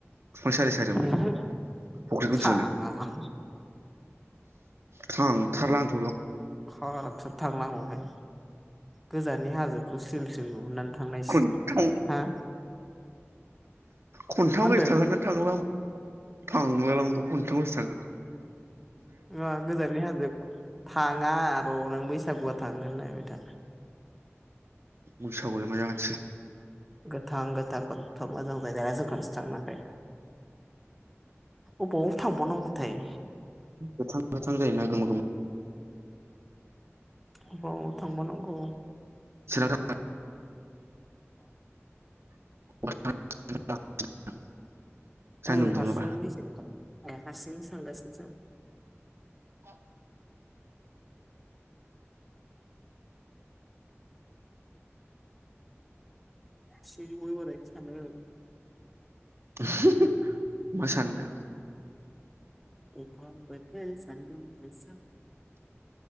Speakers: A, on the right (about 60°); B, in the centre.
A: बिफां सारि सारियावनो
B: ओहो
A: फुख्रिखौ
B: थाङा
A: दिहुननो
B: लां
A: थांथारला आंथ' बियाव।
B: खाराबथार थांला आं बावहाय। गोजा नि हांखोखौ स्लिम स्लिम नुहुरनानै थांनायसै
A: खनथाम
B: हा?
A: खन्थाम
B: मा होनदों
A: गोजोन थांखांना थांलां हो थांला लां म' खन्थाम गोजोन थांखौ?
B: ओ गोजाननि हाजो थाङा र' नों बैसागुआ थांगोन नायबाय था।
A: बैसागु आवलाय मा जागोनसि?
B: गोथां गोथां खथथ' मोजां जायगा जों खौनसे थांनायखै। अबाव थांबावनांगौथाय
A: गोथां गोथां जायोना गोमो गोमो
B: अबाव थांबव नांगौ? हो?
A: सानदुं <unintelligible>
B: औ
A: दुङोबा
B: हारसिं बेसे ए हारसिं सानगासिनो आं।
A: अ
B: से गयबाय थानो
A: <unintelligible> मोसान्नो।
B: दुफां बोथोर सान्दुं गोसा